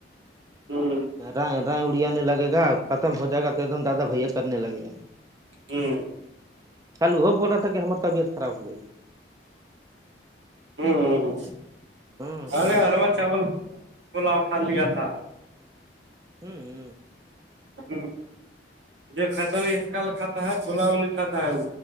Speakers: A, on the right; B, on the right.
A: ہ
B: رائے اڑیانے لگے گا ختم ہو جائے گا تو ایک دم دیادہ بھیا کرنے لگے گا
A: جی
B: کل وہ بول رہ تھا کہ ہمر طبیت خراب ہو تھا
A: ہ ہ ہ
B: تھی ہوں
A: ارے
B: سمو
A: ہرمت
B: کے
A: چاول <unintelligible> پلاؤ کھ لیا تھا
B: ہوں
A: ہ یہ کط نہیں اس کال کھاتا ہے کھلاؤ نہیں کھاتا ہے وہ